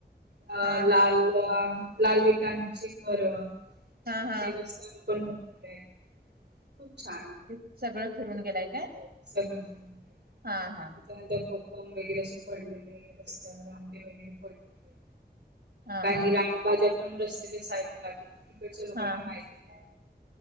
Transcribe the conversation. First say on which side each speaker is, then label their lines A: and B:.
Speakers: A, on the right; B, on the right.
A: अ
B: हां,
A: लालवा
B: हां.
A: लाल विटान ची घर,
B: हां,
A: देवस्थान
B: हां.
A: पण <unintelligible> खूप छान
B: ते सगळं. फिरून. गेलाय काय?
A: हो सगळं फिरून गेलंय,
B: हां, हां.
A: त्याच्यानंतर खूप. कम वगैरे असे पडलेले रस्त्यावर, आंबे वगैरे पडलेले.
B: हां,
A: काही
B: हां.
A: रान भाज्या. पण रस्त्याच्या साईड लागल. तिकडच्या लोकांना
B: हां.
A: माहिती नाही.